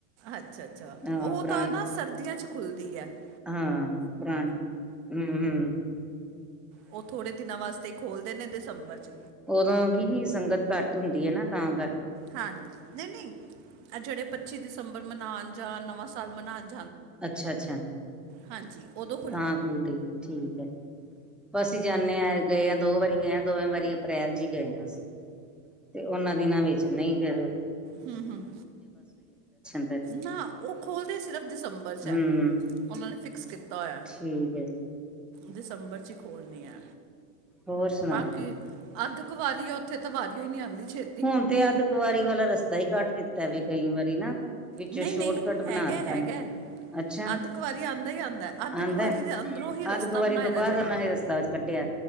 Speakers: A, on the right (about 45°); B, in the centre.
A: ਅੱਛ-, ਅੱਛਾ
B: ਹਾਂ
A: ਔ
B: ਪੁਰਾਣੀ
A: ਤਾਂ ਨਾ ਸਰਦੀਆਂ 'ਚ ਖੁੱਲਦੀ ਐ -
B: ਹਾਂ, ਪਰਾਨ ਹਮ-ਹਮ
A: ਔ ਥੋੜੇ ਦਿਨਾਂ ਵਾਸਤੇ ਈ ਖੋਲ੍ਹਦੇ ਨੇ ਦਸੰਬਰ ਚ
B: ਔਦੋਂ ਕੀ ਕੀ ਸੰਗਤ ਘੱਟ ਹੁੰਦੀ ਏ ਨਾ ਤਾਂ ਕਰਕੇ
A: ਹਾਂਜੀ, ਨਈ -ਨਈ ਜੇੜੇ ਪੱਚੀ ਦਿਸੰਬਰ ਮਨਾਨ ਜਾਂ ਨਵਾਂ ਸਾਲ ਮਨਾਨ
B: ਅੱਛਾ-ਅੱਛਾ,
A: ਹਾਂਜੀ, ਔਦੋਂ
B: ਤਾਂ ਖੁੱਲਦੀ ਠੀਕ ਐ- ਅਸੀਂ ਜਾਂਨੇ ਆ ਐ ਗਏ ਐ, ਦੋ ਵਾਰੀ ਗਏ ਐ, ਦੋਵੇਂ ਵਾਰੀ ਅਪ੍ਰੈਲ ਚ ਈ ਗਏ ਆ ਅਸੀਂ ਤੇ, ਔਨਾਂ ਦਿਨਾਂ ਵਿੱਚ ਨਈ ਫੇਰ
A: ਹਮ-ਹਮ,
B: ਫਿਰ।
A: ਨਾ ਔ ਖੋਲਦੇ ਈ ਸਿਰਫ਼ ਦਸੰਬਰ'ਚ
B: ਹੂੰ
A: ਆ। ਔਨਾਂ ਨੇ ਫਿਕਸ ਕੀਤਾ ਹੋਇਆ।
B: ਠੀਕ ਐ।
A: ਦਿਸੰਬਰ'ਚ ਈ ਖੋਲਣੀ ਆ
B: ਹੋਰ ਸੁਣਾਓ?
A: ਬਾਕੀ ਅੱਧ ਕੁਵਾਰੀ ਆ, ਔਥੇ ਤੇ ਵਾਰੀਓ ਈ ਨੀ ਆਦੀ ਛੇ
B: ਹੁਣ ਤੇ ਅੱਧ ਕੁਵਾਰੀ ਵਾਲਾ ਰਸਤਾ ਈ ਕੱਟ ਦਿੱਤਾ ਵੇ, ਕਈ ਵਾਰੀ ਨਾ। ਵਿੱਚੋ
A: ਨਹੀਂ
B: ਸ਼ੋਰਟਕੱਟ
A: ਨਹੀਂ
B: ਬਣਾਤਾ
A: ਹੈਗਾ ਹੈਗਾ
B: ਨੇ।
A: ਹੈ।
B: ਅੱਛਾ
A: ਅੱਧ ਕੁਵਾਰੀ ਆਂਦਾ ਹੀ ਆਂਦਾ ਹੈ। ਅੱਧ
B: ਆਂਦੈ
A: ਕੁਵਾਰੀ ਦੇ ਅੰਦਰੋਂ ਹੀ ਰਸਤਾ
B: ਅੱਧ-ਕੁਵਾਰੀ
A: ਬਣਾਇਆ
B: ਤੋਂ ਬਾਅਦ
A: ਜਿਹੜਾ
B: ਔਨਾਂ ਨੇ ਰਸਤਾ ਵਿੱਚ ਕੱਢਿਆ।